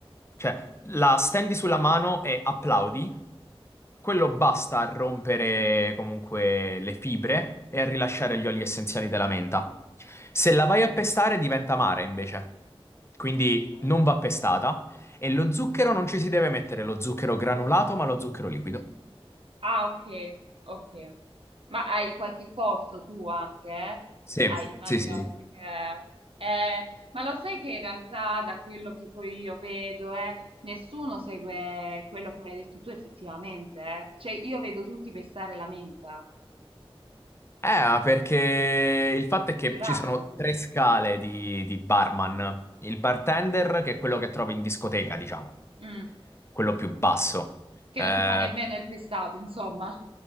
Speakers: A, on the left; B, on the right.
A: Cioè, la stendi sulla mano e applaudi. Quello basta a rompere comunque le fibre e a rilasciare gli oli essenziali della menta. Se la vai a pestare diventa amara invece. Quindi
B: Ah.
A: non va pestata. E lo zucchero non ci si deve mettere lo zucchero granulato, ma lo zucchero liquido.
B: Ah, ok, ok. Ma hai qualche corso tu anche, eh?
A: Sì,
B: Hai, immagino
A: sì, sì.
B: quelle che... Eh, ma lo sai che in realtà da quello che poi io vedo, eh, nessuno segue quello che mi hai detto tu effettivamente, eh? Cioè io vedo tutti pestare la menta,
A: Eh, ma perché il fatto
B: è
A: è che
B: più rapido,
A: ci sono tre scale di, di barman. Il bartender, che è quello che trovi in discoteca, diciamo,
B: Mm,
A: quello più basso.
B: che
A: Eh,
B: non ti fa nemmeno il pestato, insomma.